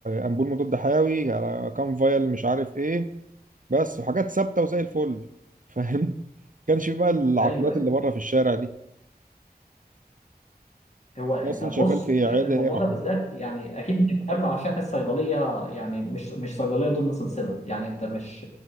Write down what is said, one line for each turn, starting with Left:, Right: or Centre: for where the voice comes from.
Right: امبول مضاد حيوي على كام فايل مش عارف ايه بس وحاجات ثابته وزي الفل فاهم <laughs> كانش في بقى العقليات
Left: ايوه
Right: اللي بره في الشارع دي
Left: هو
Right: أنت
Left: انت
Right: اصلا
Left: بص
Right: شغال في
Left: الموضوع
Right: عياده ايه يا محمود
Left: ده بالذات يعني اكيد انت بتقابله عشان الصيدليه يعني مش مش صيدليه ضمن سلسله يعني انت مش